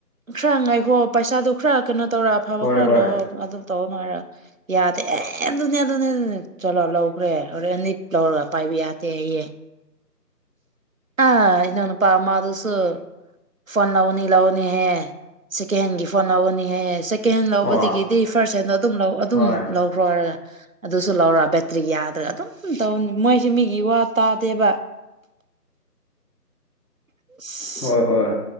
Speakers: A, on the right (about 55°); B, on the left (about 70°).
A: ꯈꯔ ꯉꯥꯏꯈꯣ ꯄꯩꯁꯥꯗꯨꯣ ꯈꯔ ꯀꯩꯅꯣ ꯇꯧꯔ ꯑꯐꯕ
B: ꯍꯣꯏ
A: ꯈꯔ
B: ꯍꯣꯏ
A: ꯂꯧꯑꯣ ꯑꯗꯨꯝ ꯇꯧꯑꯣ <unintelligible> ꯌꯥꯗꯦ ꯑꯦ ꯑꯗꯨꯅꯦ ꯑꯗꯨꯅꯦ ꯑꯦꯗꯨꯅꯦ ꯆꯠꯂꯣ ꯂꯧꯈ꯭ꯔꯦ ꯍꯣꯔꯦꯟꯗꯤ ꯂꯧꯔ ꯄꯥꯏꯕ ꯌꯥꯗꯦ ꯍꯥꯌꯦ ꯑ ꯏꯅꯥꯎꯅꯨꯄ ꯑꯃꯗꯨꯁꯨ ꯐꯣꯟ ꯂꯧꯅꯤ ꯂꯧꯅꯤꯍꯦ ꯁꯦꯀꯦꯟꯍꯦꯟꯒꯤ ꯐꯣꯟ ꯂꯧꯒꯅꯤꯍꯦ ꯀꯦꯟ ꯍꯦꯟ ꯂꯧꯕꯗꯒꯤꯗꯤ
B: ꯑꯣ
A: ꯐꯥꯔ꯭ꯁ ꯍꯦꯟꯗꯣ ꯑꯗꯨꯝ ꯂꯧ ꯑꯗꯨꯝ
B: ꯍꯣꯏ
A: ꯂꯧ ꯍꯣꯏꯔꯒ ꯑꯗꯨꯁꯨ ꯂꯧꯔ ꯕꯦꯇ꯭ꯔꯤ ꯌꯥꯗ꯭ꯔꯒ ꯑꯗꯨꯝ ꯇꯧꯅꯤ ꯃꯣꯏꯁꯦ ꯃꯤꯒꯤ ꯋꯥ ꯇꯥꯗꯦꯕ <inaudible>
B: ꯍꯣꯏ ꯍꯣꯏ